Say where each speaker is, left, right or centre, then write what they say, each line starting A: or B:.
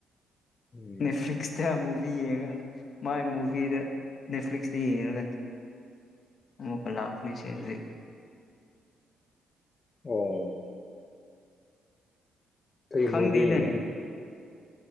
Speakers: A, on the left; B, on the left.
A: ꯎꯝ
B: ꯅꯦꯠꯐ꯭ꯂꯛꯁ ꯊ ꯃꯨꯚ ꯨꯚꯤ ꯌꯦꯡꯉꯒ ꯃꯥꯏ ꯃꯨꯚꯤꯗ ꯅꯦꯠꯐ꯭ꯂꯤꯛꯁꯇ ꯌꯦꯡꯉꯒ ꯑꯃꯨꯛꯀ ꯂꯥꯛꯀꯅꯦ ꯁꯤ ꯍꯧꯗꯤ
A: ꯑꯣꯝ ꯐꯔꯤ
B: ꯈꯪꯗꯦꯅꯦ
A: ꯃꯨꯕꯤ ꯌꯦꯉ